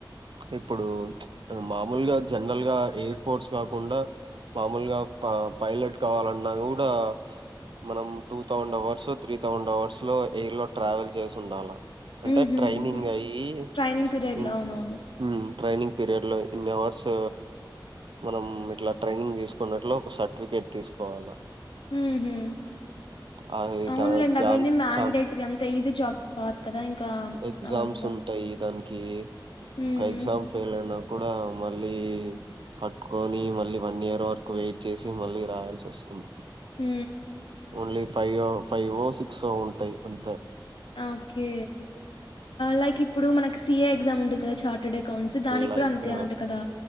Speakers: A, on the right; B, on the left.
A: ఇప్పుడు మామూలుగా జనరల్ గా ఎయిర్ ఫోర్ట్స్ కాకుండా మామూలుగా ప పైలట్ కావాలన్నా గూడా మనం two thousand hours three thousand hours లో ఎయిర్ లో ట్రావెల్ చేసి ఉండాల అంటే
B: హుహు.
A: ట్రైనింగ్
B: హ్మ్.
A: అయ్యి
B: ట్రైనింగ్ పీరియడ్‌లో
A: ఇంత
B: అవునవును.
A: ఊ ట్రైనింగ్ పీరియడ్ లో ఇన్ని అవర్స్ మనం ఇట్లా ట్రైనింగ్ తీసుకున్నట్లు ఒక సర్టిఫికేట్ తీసుకోవాలా
B: హుహు.
A: అదీ
B: అవునులెండి.
A: త చాన్
B: అవన్నీ మ్యాండేటరీ
A: చాన్
B: అంత ఈజీ జాబ్స్ కాదు కదా! ఇంకా
A: ఎగ్జామ్స్
B: అవంతా.
A: ఉంటయి దానికీ
B: హ్మ్.
A: ఒక ఎగ్జామ్ ఫెయిల్ అయినా కూడా మళ్ళీ కట్టుకొనీ మళ్ళీ వన్ ఇయర్ వరకు వెయిట్ చేసి మళ్ళీ రాయాల్సి వస్తుంది
B: ఊ
A: ఓన్లీ ఫై ఓ ఫైవో సిక్సో ఉంటాయి అంతే
B: ఆ ఓకే లైక్ ఇప్పుడు మనకి సిఏ ఎగ్జామ్ ఉంటది టే చార్టెడ్ ఎ కౌంట్స్ దానికి
A: లైక్
B: కూడా అంతే అంట కదా